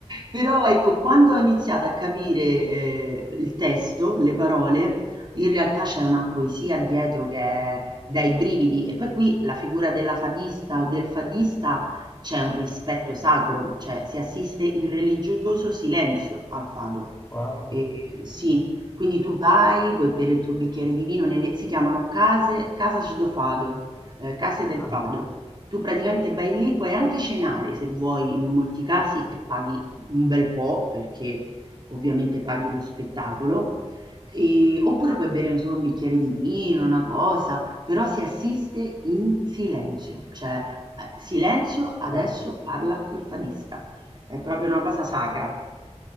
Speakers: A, on the right; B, on the left.
A: Però ecco, quando ho iniziato a capire, ehm, il testo, le parole, in realtà c'è una poesia dietro che è dai brividi. E poi qui la figura della fadista o del fadista c'è un rispetto sacro, cioè si assiste in religioso silenzio al fado.
B: Wow.
A: E sì, quindi tu vai, puoi bere il tuo bicchiere di vino nelle si chiamano case, casas do fado, eh, case del
B: Ah,
A: fado. Tu praticamente vai lì, puoi anche cenare se vuoi in molti casi e paghi un bel po' perché ovviamente paghi lo spettacolo. E- oppure puoi bere solo un bicchiere di vino, una cosa, però si assiste in silenzio, cioè eh, silenzio adesso
B: ah.
A: parla il fadista, è proprio una cosa sacra.